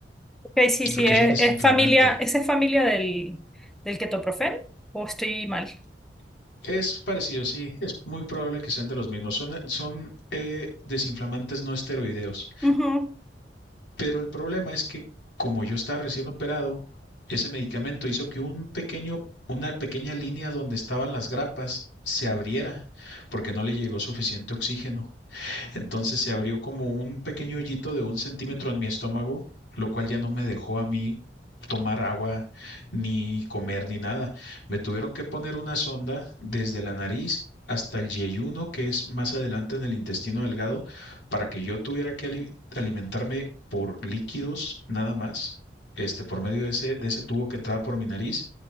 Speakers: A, in the centre; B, on the left (about 85°).
A: Ok, sí, sí,
B: que
A: es,
B: es un desinflamante.
A: es familia, ¿esa es familia del, del ketoprofeno o estoy mal?
B: Es parecido, sí, es muy probable que sean de los mismos. Son, son eh, desinflamantes no esteroideos.
A: Ujú.
B: Pero el problema es que como yo estaba recién operado, ese medicamento hizo que un pequeño, una pequeña línea donde estaban las grapas se abriera porque no le llegó suficiente oxígeno. Entonces se abrió como un pequeño hoyito de un centímetro en mi estómago, lo cual ya no me dejó a mí tomar agua, ni comer, ni nada. Me tuvieron que poner una sonda desde la nariz hasta el yeyuno, que es más adelante en el intestino delgado, para que yo tuviera que ali- alimentarme por líquidos nada más, este, por medio de ese, de ese tubo que entraba por mi nariz